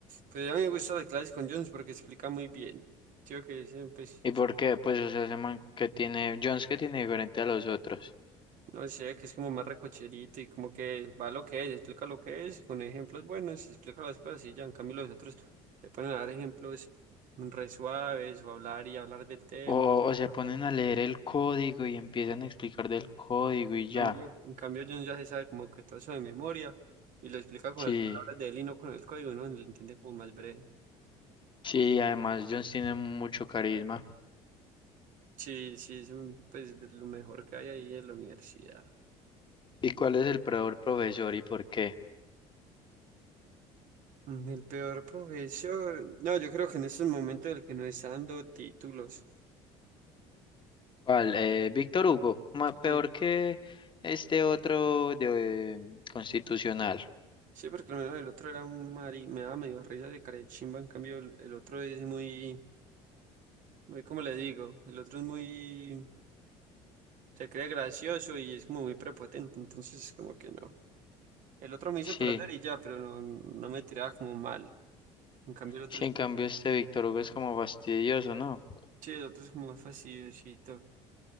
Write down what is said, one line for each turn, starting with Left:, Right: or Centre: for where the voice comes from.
Right: Pues a mí me gusta las clases con Jones porque explica muy bien. Creo que ese, pues,
Left: ¿Y por qué? Pues o sea, ese man que tiene Jones que tiene diferente a los otros.
Right: No sé, que es como más recocherito y como que va lo que es, explica lo que es, con ejemplos buenos, explica las cosas y ya, en cambio los otros se ponen a dar ejemplos re suaves o hablar y hablar del tema.
Left: O, o se ponen
Right: En
Left: a leer el código y empiezan a explicar del código y ya.
Right: cambio, en cambio John ya se sabe como que todo eso de memoria y lo explica con
Left: Sí.
Right: las palabras de él y no con el código, ¿no? Lo entiende como más breve.
Left: Sí, además Jones tiene mucho carisma.
Right: Sí, sí, es un- pues de lo mejor que hay ahí en la universidad.
Left: ¿Y cuál es el peor profesor y por qué?
Right: Mm, El peor profesor, no, yo creo que en estos momentos el que no está dando títulos.
Left: ¿Cuál? Eh, Víctor Hugo, ma-
Right: Sí,
Left: peor que este otro de eh, constitucional.
Right: Sí, porque al menos el otro era un mari, me daba medio risa de carechimba, en cambio el, el otro es muy, muy, como le digo, el otro es muy, se cree gracioso y es como muy prepotente, entonces como que no. El otro me hizo
Left: Sí,
Right: perder y ya, pero no, no me tiraba como mal. En cambio el otro,
Left: sí,
Right: es-
Left: en cambio este Víctor Hugo es como fastidioso, ¿no?
Right: sí, el otro es como más facilito.